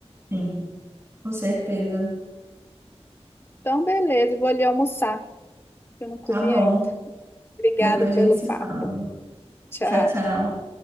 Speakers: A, on the right (about 25°); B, on the left (about 20°).
A: sim, com certeza.
B: Então, beleza, vou ali almoçar, que eu não comi
A: Tá bom.
B: ainda. Obrigada
A: Depois
B: pelo
A: a gente se
B: papo.
A: fala.
B: Tchau.
A: Tchau, tchau.